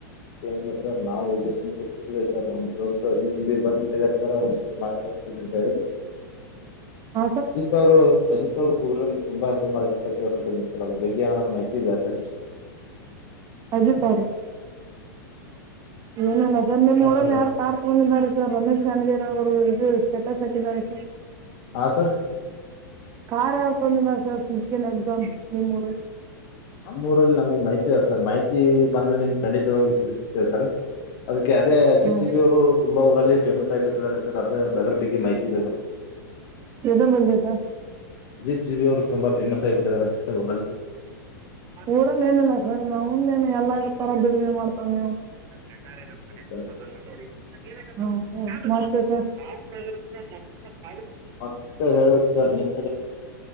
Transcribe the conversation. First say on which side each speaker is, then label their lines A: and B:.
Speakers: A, on the left (about 55°); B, on the right (about 30°).
A: ಎನ್ನಿಲ ಸರ್ ನಾವು ಎಜುಕೇಷನ್ ಕುತ್ಬಿ ಸರ್ ನಮ್ ದೋಸ್ಸ ಅಜಿತ್ ಬಂದಿ ನಿಂತಿದರ ಸರ್ ಅವ್ರ ಮಾತಾಡಕ ಹೋಗಿದೆ ರಿ
B: ಹಾಂ ಸರ್
A: ಅಜಿತ್ ಅವರು ಅಜಿತ್ ಅವ್ರ ಊರನಲ್ಲಿ ತುಂಬಾ ಹೆಸರು ಮಾಡಿದ ಕೇಳ್ಪಟ್ಟಿದೀನ ಸರ್ ಅದ್ರ ಬಗ್ಗೆ ಏನಾದ್ರೂ ಮಾಹಿತಿ ಇದೆಯಾ ಸಾರ್
B: ಅಜಿತ್ ಏನಲ್ಲ ಸರ್ ನಿಮ್
A: ಹಾ
B: ಊರಲ್ಲಿ
A: ಸರ್
B: ಯಾರ ಕಾರ್ ತಗೊಂಡಿದ್ದಾರೆ ಸರ್ ರಮೇಶ್ ಗನ್ಗಿರ್ ಅವರು ಇದು ಸ್ಟೇಟಸ್ ಹಾಕಿದ್ದಾರೆ ಸರ್,
A: ಹಾ ಸರ್
B: ಕಾರ್ ಯಾವುದು ತೊಗೊಂಡಿದರೆ ಸರ್ ಸುಜುಕಿ ನೆಕಾನ್ ಕ್ಲೇ ಮಾಡೆಲ್
A: ನಮ್ಮೂಊರಲ್ಲಿ ನಮಗಗೆ ಮಾಹಿತಿ ಇಲ್ಲ ಅ ಸರ್ ಮಾಹಿತಿ ಬಂದ್ರೆ ನಿಮ್ ಖಂಡಿತವಾಗ್ಲಿ ತಿಳಿಸತೇವೆ ಸರ್ ಅದಕ್ಕೆ ಅದೇ ಅಜಿತ್
B: ಹ್ಞೂ
A: ಜಿ ಬಿ ಅವರು ತುಂಬಾ ಊರಲ್ಲಿ ಫೇಮಸ್ ಆಗಿ ಬಿಟ್ಟಿದ್ದಾರೆ ಸರ್ ಅದ ಅದ್ರ ಬಗ್ಗ ಮಾಹಿತಿ
B: ಇದ್ರ ಬಗ್ಗೆ ಸರ್
A: ಅಜಿತ್ ಜಿ ಬಿ ಅವರು ತುಂಬಾ ಫೇಮಸ್ ಆಗಿಬಿಟ್ಟಿದಿದ್ದಾರೆ ಸರ್ ಊರಲ್ಲಿ
B: ಊರಲ್ಲಿ ಏನಿಲ್ಲ ಸರ್ ಅವಂದ್ ಏನು ಎಲ್ಲ ತರ ದುಡಿಮೆ ಮಾಡ್ತವನಿ ಅವನು <unintelligible>
A: ಸರ್
B: ಸ
A: ಮತ್ತೆ ಹೇಳ್ಬೇಕು ಸರ್ ನೀವು